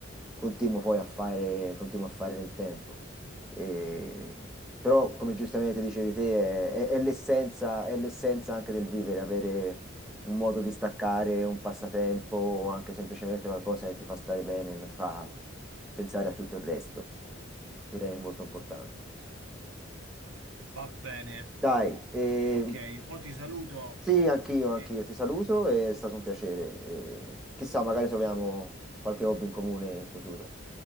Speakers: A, in the centre; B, on the right.
A: continuo poi a fare, continuo a fare nel tempo. Eh, però, come giustamente dicevi te, è, è- è l'essenza, è l'essenza anche del vivere, avere un modo di staccare, un passatempo o anche semplicemente qualcosa che ti fa stare bene e non ti fa pensare a tutto il resto. Direi che è molto importante.
B: Va bene,
A: Dai, eh,
B: ok, mo ti saluto
A: sì, anch'io, anch'io
B: e
A: ti saluto, è stato un piacere. eh, chissà, magari troviamo qualche hobby in comune in futuro.